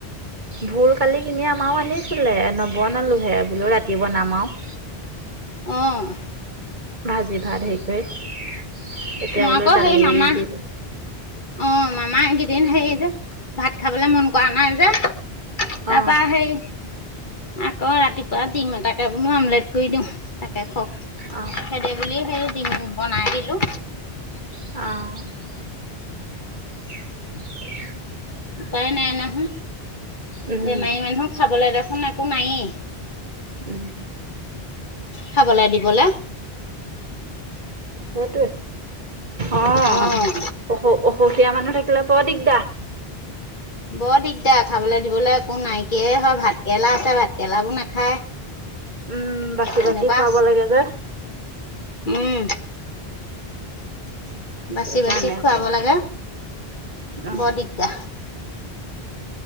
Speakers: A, on the right (about 50°); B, on the left (about 50°).
A: ভোল কালি কিনি আমাৰও আনিছিলে নবনালোহ, বোলো ৰাতি বনাম আও। <inaudible>
B: অ'।
A: ভাজি ভাত হেৰি কৰি,
B: মই
A: এতিয়া বোলো
B: আকৌ
A: দালি
B: সেই মামা
A: দিম।
B: অ', মামা এইকেইদিন হেৰি যে ভাত খাবলে মন কৰা নাই যে। তাৰপা
A: অ
B: হেই আকৌ ৰাতিপুৱা ডিম এতাকে বোলো আমলেট কৰি দিওঁ তাকে খক
A: অ
B: হেৰি বুলি, হেই ডিম বনাই দিলো।
A: অ'। <inaudible>
B: উপায় নাই নহয়।
A: উম
B: বেমাৰী মানুহক খাবলৈ দে খোন একো নায়ে।
A: উম।
B: খাবলৈ দিবলে
A: সেইটোৱে। অ'।
B: অঁ
A: অসু অসুখীয়া মানুহ থাকিলে বৰ দিগদাৰ
B: বৰ দিগদাৰ, খাবলে দিবলৈ একো নাইকিয়াই হয় ভাত কেলা আছে ভাত কেলাবোৰ নাখায়।
A: উম, বাচি
B: তেনেকুৱা
A: বাচি খুৱাব লাগে যে। <inaudible>
B: উম বাচি
A: সেইকাৰণে
B: বাচি খুৱাব
A: আকৌ
B: লাগে,
A: অ
B: বৰ দিগদাৰ। <inaudible>